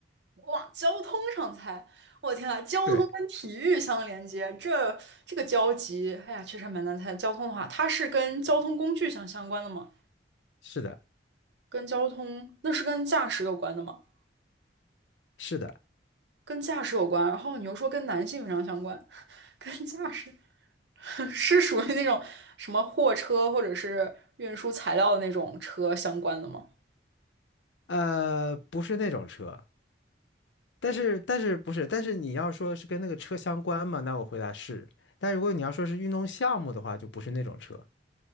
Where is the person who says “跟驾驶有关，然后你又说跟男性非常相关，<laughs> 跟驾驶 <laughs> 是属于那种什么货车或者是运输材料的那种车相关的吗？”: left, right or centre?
Right